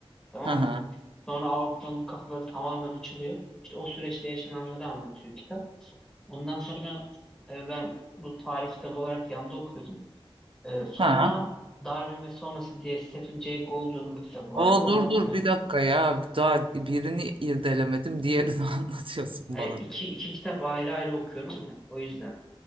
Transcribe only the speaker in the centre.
Tamam
mı? Sonra Avrupa'nın kafaları tamamen açılıyor. İşte o süreçte yaşananları anlatıyor kitap. Ondan sonra tabii ben bu tarih kitabı olarak yanda okuyordum. E, sonra
Darwin ve Sonrası diye Stephen Jay Gould'un bir kitabı vardı.
Onu
okumam.
Hani
iki, iki kitap ayrı ayrı okuyorum ya. O yüzden.